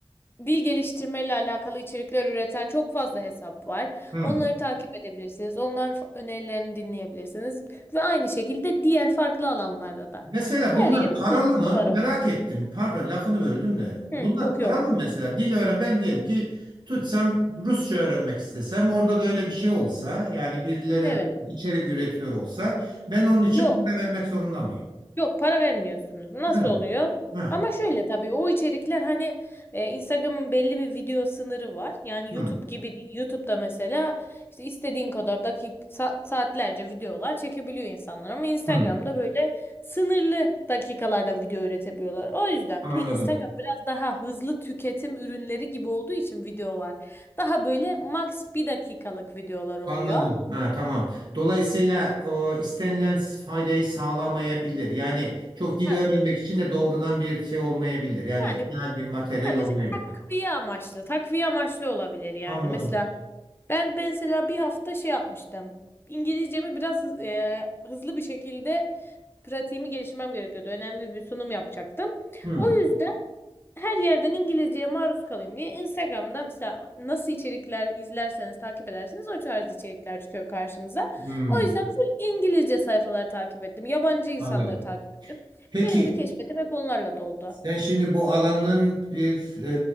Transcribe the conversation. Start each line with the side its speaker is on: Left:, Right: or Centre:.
Left: dil geliştirmeyle alakalı içerikler üreten çok fazla hesap var.
Right: Hı.
Left: Onları takip edebilirsiniz. Onların fa- önerilerini dinleyebilirsiniz ve aynı şekilde diğer farklı alanlarda da.
Right: Mesela
Left: Her
Right: bunlar
Left: yerde
Right: paralı
Left: bilgi
Right: mı?
Left: var.
Right: Merak ettim. Pardon lafını böldüm de.
Left: Hı,
Right: Bunlar
Left: yok
Right: paralı
Left: yok.
Right: mı mesela? Dil öğren ben diyelim ki tutsam Rusça öğrenmek istesem orada da öyle bir şey olsa yani birileri
Left: Evet.
Right: içerik üretiyor olsa ben onun için
Left: Yok.
Right: para vermek zorunda mıyım?
Left: Yok para vermiyorsunuz. Nasıl
Right: Yani.
Left: oluyor?
Right: Ha.
Left: Ama şöyle tabii o içerikler hani e, Instagram'ın belli bir video sınırı var. Yani
Right: Hı.
Left: YouTube gibi değil. YouTube'da mesela işte istediğin kadar dakik sa- saatlerce videolar çekebiliyor insanlar ama Instagram'da
Right: Hı.
Left: böyle sınırlı dakikalarda video üretebiliyorlar. O yüzden
Right: Anladım.
Left: bir de Instagram biraz daha hızlı tüketim ürünleri gibi olduğu için videolar daha böyle max bir dakikalık videolar oluyor.
Right: Anladım. Ha, tamam. Dolayısıyla o istenilen faydayı sağlamayabilir. Yani çok dil
Left: Ha.
Right: öğrenmek için de doğrudan bir şey olmayabilir. Yani
Left: Yani
Right: ideal bir materyal
Left: Sadece
Right: olmayabilir.
Left: takviye amaçlı. Takviye amaçlı olabilir yani.
Right: Anladım.
Left: Mesela ben ben mesela bir hafta şey yapmıştım. İngilizcemi biraz hız- e, hızlı bir şekilde pratiğimi geliştirmem gerekiyordu. Önemli bir sunum yapacaktım.
Right: Hmm.
Left: O yüzden her yerden İngilizceye maruz kalayım diye Instagram'da mesela nasıl içerikler izlerseniz takip ederseniz o tarz içerikler çıkıyor karşınıza.
Right: Hmm.
Left: O yüzden full İngilizce sayfaları takip ettim. Yabancı insanları
Right: Anladım.
Left: takip ettim.
Right: Peki
Left: Benim de keşfetim hep onlarla doldu.
Right: sen şimdi bu alanın bir